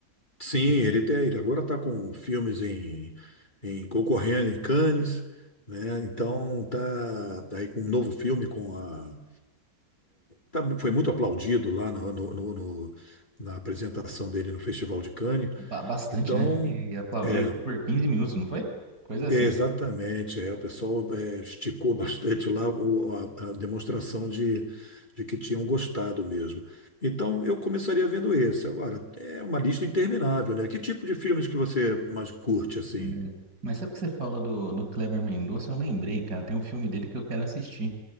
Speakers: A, on the left; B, on the right.
A: sim, ele, tem- ele agora está com filmes em, em concorrendo em Cannes, né? Então tá, tá aí com um novo filme com a. tá- foi muito aplaudido lá no- no- no- no- na apresentação dele no Festival de Cannes.
B: Ba- bastante,
A: Então.
B: né? Acho que aplaudiram
A: é
B: ele por 15 minutos, não foi? Coisa assim.
A: Exatamente, é, o pessoal é, esticou <laughs> bastante lá o- a, a demonstração de, de que tinham gostado mesmo. Então eu começaria vendo esse. Agora, é uma lista interminável, né? Que tipo de filmes que você mais curte, assim?
B: É. Mas sabe que você falou do, do Kleber Mendonça? Eu lembrei, cara. Tem um filme dele que eu quero assistir.